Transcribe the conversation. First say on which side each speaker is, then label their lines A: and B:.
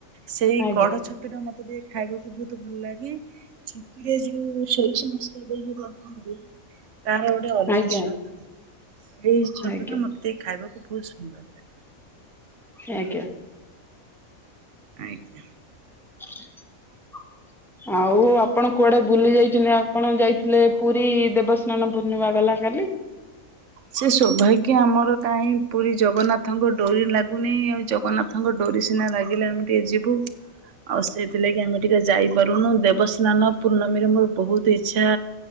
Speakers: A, on the right (about 65°); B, in the centre.
A: ସେଇ
B: ଆଜ୍ଞା
A: କଢ ଛତ୍ ତୁଟା ମତେ ଟିକେ ଖାଇବାକୁ ବହୁତ ଭଲ ଲାଗେ। ଛତୁରେ ଯୋଉ ସୋରିଷ ମସଲା ଦେଇ ଯୋଉ ରାନ୍ଧନ୍ତି ତାର ର ଅଲଗା
B: ଆଜ୍ଞା
A: ସ୍ଵାଦ। ସେଇ ଛତୁ
B: ଆଜ୍ଞା
A: ଟା ମତେ ଖାଇବାକୁ ବହୁତ ସୁନ୍ଦର ଲାଗେ।
B: ଆଜ୍ଞା।
A: ଆଜ୍ଞା।
B: ହ <unintelligible> ଆଉ ଆପଣ କୁଆଡେ ବୁଲି ଯାଇଛନ୍ତୀ ଆଉ ଆପଣ ଯାଇଥିଲେ ପୁରୀ ଦେବସ୍ନାନ ପୂର୍ଣ୍ଣିମା ଗଲା କାଲି।
A: ସେ ସୌଭାଗ୍ୟ ଆମର କାହିଁ ପୁରୀ ଜଗନ୍ନାଥଙ୍କ ଡୋରି ଲାଗୁନି ଆଉ ଜଗନ୍ନା ନାଥ ଙ୍କ ଡୋରି ସିନା ଲାଗିଲେ ଆମେ ଟିକେ ଯିବୁ। ଆଉ ସେଇଥି ଲାଗି ଆମେ ଟିକେ ଯାଇପାରୁନୁ ଦେବସ୍ନାନ ପୂର୍ଣ୍ଣମୀରେ ମୋର ବହୁତ ଇଚ୍ଛା